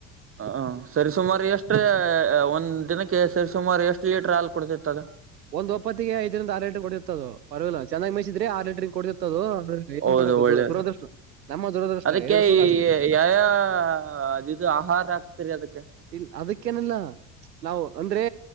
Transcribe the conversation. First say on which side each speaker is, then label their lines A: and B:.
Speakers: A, on the right (about 25°); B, on the right (about 80°).
A: ಹ ಹ ಸರಿ ಸುಮಾರು ಎಷ್ಟ್ರ. ಒಂದ ದಿನಕ್ಕೆ ಸರಿ ಸುಮಾರು ಎಷ್ಟು ಲೀಟರ್ ಹಾಲ್ ಕೊಡ್ತಿತ್ತು ಅದ.
B: ಒಂದ್ ಒಪ್ಪತ್ತಿಗೆ ಐದರಿಂದ ಆರು ಲೀಟರ್ ಕೊಡ. ಪರವಾಗಿಲ್ಲ ಚೆನ್ನಾಗಿ ಮೈಸಿದ್ರ ಆರ ಲೀಟರ್ ಕೊಡ್ತಿತ್ ಅದು ಏ
A: ಹೌದು
B: ಮಾಡಬೇಕ
A: ಒಳ್ಳೇದು
B: ದುರದೃಷ್ಟ ನಮ್ಮ ದುರದೃಷ್ಟ.
A: ಅದಕ್ಕೆ
B: ಎರಡು ಸೂಲ
A: ಈ
B: ಅಷ್ಟೇ
A: ಯಾವ ಯಾವ ಅದ ಇದು ಆಹಾರ ಹಾಗ್ತಿರಿ ಅದಕ್ಕೆ.
B: ಇ ಅದಕ್ಕೇನಿಲ್ಲ ನಾವು ಅಂದ್ರೆ